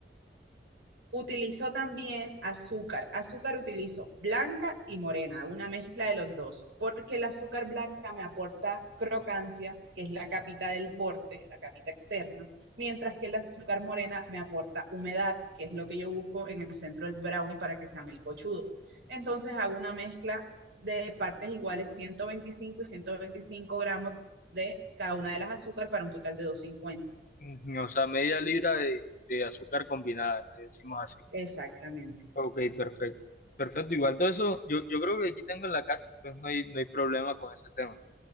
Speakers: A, on the right; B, on the left.
A: Utilizó también azúcar. Azúcar utilizo blanca y morena, una mezcla de los dos, porque el azúcar blanca me aporta crocancia, que es la capita del borde, la capita externa, mientras que el azúcar morena me aporta humedad, que es lo que yo busco en el centro del brownie para que sea melcochudo. Entonces hago una mezcla de partes iguales, 125 y 125 gramos de cada una de las azúcar para un total de 250.
B: ujú, o sea, media libra de, de azúcar combinada, le decimos así.
A: Exactamente.
B: Ok, perfecto. Perfecto, igual todo eso, yo, yo creo que aquí tengo en la casa, entonces no hay, no hay problema con ese tema.